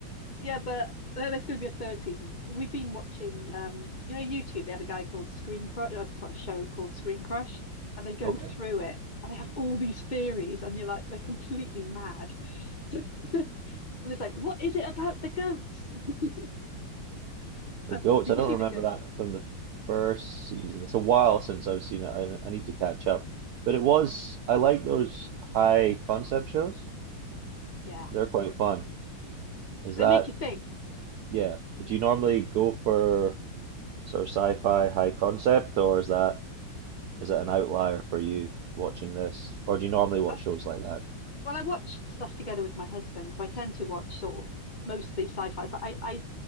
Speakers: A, on the left; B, on the right.
A: Yeah, but there- there's going to be a third season. We've been watching, um, you know, YouTube. They have a guy called Screen Crush, or sorry, a show called Screen Crush, and they go
B: Okay.
A: through it, and they have all these theories, and you're like, they're completely mad. <laughs> So, and it's like, what is it about the goats? <laughs>
B: The
A: Uh,
B: goats,
A: Did
B: I don't
A: you see
B: remember
A: the goat?
B: that from the first season. It's a while since I've seen it. I, I need to catch up. But it was, I like those high concept shows.
A: Yeah,
B: They're quite fun. Is
A: they
B: that,
A: make you think.
B: yeah. Do you normally go for sort of sci-fi high concept, or is that is it an outlier for you watching this? Or do you normally watch
A: I
B: shows
A: think
B: like that?
A: Well, I watch stuff together with my husband, so I tend to watch sort of mostly sci-fi, but I I